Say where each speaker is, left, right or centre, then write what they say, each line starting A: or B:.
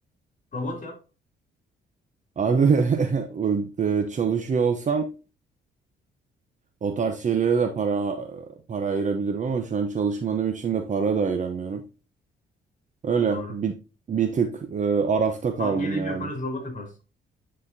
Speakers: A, on the left (about 40°); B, on the right (about 40°).
A: Robot yap.
B: Abi <laughs> o, e, çalışıyor olsam O tarz şeylere de para para ayırabilirim ama şu an çalışmadığım için de para da ayıramıyorum. Öyle
A: Doğru.
B: bir, bir tık e, arafta kaldım
A: Ben geleyim
B: yani.
A: yaparız robot yaparız.